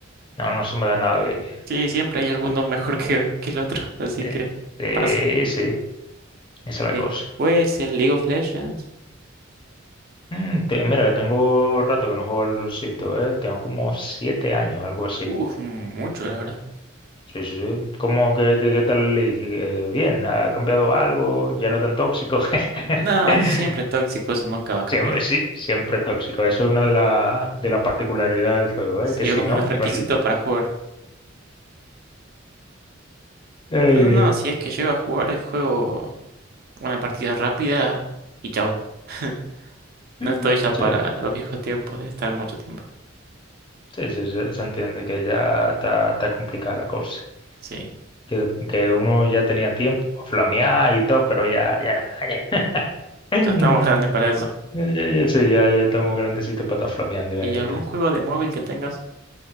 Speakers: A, on the left; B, on the right.
A: no, no se me da nada bien
B: Sí, siempre hay alguno mejor <laughs> que, que el otro, así
A: bien.
B: que
A: <laughs> Eh,
B: pasa.
A: Sí, sí, esa es
B: Después
A: la cosa.
B: el League of Legends.
A: Mm, te- mira, que tengo rato que no juego al LOLcito, ¿eh? Tengo como siete años, algo así.
B: Uf, mucho, la verdad.
A: Sí, sí, sí. ¿Cómo que, que- qué tal el league? Eh, bien, ¿ha cambiado algo? ¿Ya no tan tóxico? <laughs>
B: Nada, siempre tóxico, eso nunca va a cambiar.
A: Siempre, sí, siempre tóxico. Eso es una de, la, de las particularidades del juego,
B: Sí,
A: ¿eh? Que si
B: uno
A: no,
B: de los requisitos
A: no es league.
B: para jugar.
A: Ay,
B: Pero
A: Dios.
B: no, si es que llego a jugar el juego una partida rápida y chao. <laughs> No
A: Mm,
B: estoy ya
A: sí,
B: para los viejos tiempos de estar mucho tiempo.
A: sí, sí, sí, se entiende que ya está, está complicada la cosa.
B: Sí,
A: Que, que uno ya tenía tiempo para flamear y todo, pero ya, ya nada, ya. <laughs> <laughs>
B: ya estamos grandes para eso.
A: Ya, ya, ya, sí, ya, ya estamos grandecitos para estar flameando y
B: ¿Y
A: vainita.
B: algún juego de móvil que tengas?